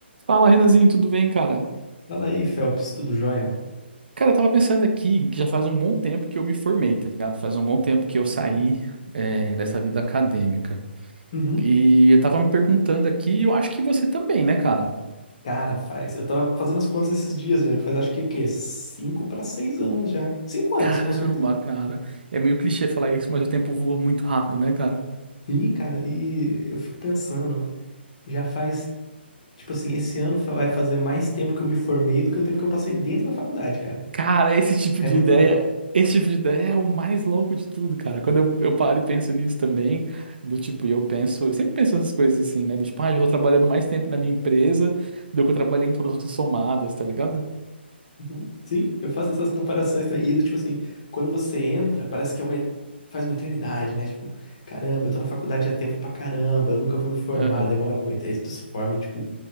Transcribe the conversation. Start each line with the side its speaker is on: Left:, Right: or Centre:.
Right: Fala, Renanzinho, tudo bem, cara?
Left: Fala aí, Phelps, tudo jóia, mano?
Right: Cara, eu tava pensando aqui que já faz um bom tempo que eu me formei, tá ligado? Faz um bom tempo que eu saí, é, dessa vida acadêmica.
Left: Uhum.
Right: E eu tava me perguntando aqui, e eu acho que você também, né, cara?
Left: Cara, faz. Eu tava fazendo as contas esses dias, velho. Faz acho que o quê? Cinco pra seis anos já. Cinco anos,
Right: Caramba,
Left: com certeza.
Right: cara. É meio clichê falar isso, mas o tempo voa muito rápido, né, cara?
Left: Sim, cara, e eu fico pensando, já faz. Tipo assim, esse ano fa- vai fazer mais tempo que eu me formei do que o tempo que eu passei dentro da faculdade, cara.
Right: Cara, esse tipo
Left: É
Right: de
Left: muito
Right: ideia,
Left: louco.
Right: esse tipo de ideia é o mais louco de tudo, cara. Quando eu, eu paro e penso nisso também, do tipo, e eu penso, eu sempre penso essas coisas assim, né? Do tipo, ah, eu tô trabalhando mais tempo na minha empresa do que eu trabalhei em todas as outras somadas, tá ligado?
Left: Uhum. Sim, eu faço essas comparações também. E do tipo assim, quando você entra, parece que é uma. Faz uma eternidade, né? Tipo, caramba, eu tô na faculdade há tempo pra caramba, eu nunca vou me formar,
Right: Aham.
Left: demora muito. Aí tu se forma e, tipo,